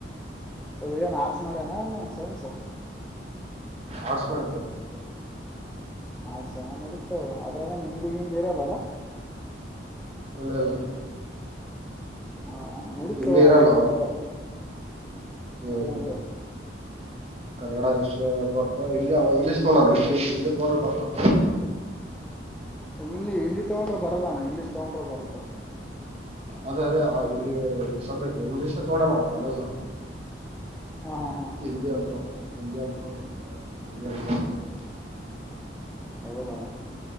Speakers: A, in the centre; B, on the right (about 35°).
A: ಹೌದ ಏನ್ ಆರ್ಸ ಮಾಡ್ಯನ ಏನು. ಸನ್ ಸರ್.
B: ಆಡ್ಸ್ಬೇಡ್ದ
A: ಆಡ್ಸ ನಡತು ಅದ್ರಾಗ ಹಿಂದಿಗಿಂದ ಇರದಲ್ಲ.
B: ಇಲ್ಲ ಇಲ್ಲ.
A: ಹಾ ಮಳಿಕಣ
B: ಹಿಂದಿ ಇರಲ್ಲ
A: ಅಂಗನಲ್ಲ.
B: ಹ್ಮ್
A: ಅದ ಒಂತ.
B: ಕನ್ನಡ ಎಷ್ಟು ಬರ್ತ ಹಿಂದಿ ಇಂಗ್ಲೀಷ್ ತೋಡಣ. ತೋೊಂಡ ಬರ್ತ.
A: ಇಿಂದಲ್ಲಿ ಹಿಂದಿ ತಗೊಂಡ್ರ ಬರಲ್ಲಣ್ಣ ಇಂಗ್ಲೀಷ್ ತಗೊಂಡ್ರ ಬರತ್ತ.
B: ಅದೇ ಅದೇ ಇಲ್ಲಿ ಸದ್ಯ ಒ್ ವಿಷಯ ತಗಡೋಣ. ಅಲಸ
A: ಹಾ ಹಾ ಹಾ
B: ಹಿಂದಿ ಅಂತ ಹಿ ಅಂತ ಹ
A: ಹೌದಾ